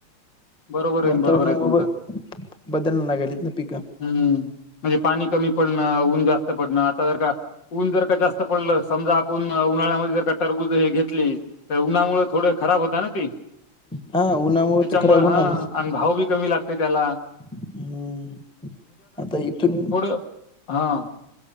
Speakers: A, on the left; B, in the centre.
A: बरोबर आहे
B: वातावरणामुळ
A: ना बरोबर आहे तुमचं
B: बदल ना गेलीत ना पिकं.
A: हम्म म्हणजे पाणी कमी पडणं, ऊन जास्त पडणं, आता जर का ऊन जर का जास्त पडलं समजा, आपून उन्हाळ्यामध्ये जर का टरबूज हे घेतली तर उन्हामुळ थोड खराब होत ना ती
B: हा उन्हामुळे
A: त्याच्यामुळे
B: तर खराब होणारच.
A: हा भाव बी कमी लागते त्याला
B: हम्म, आता इथून
A: हां.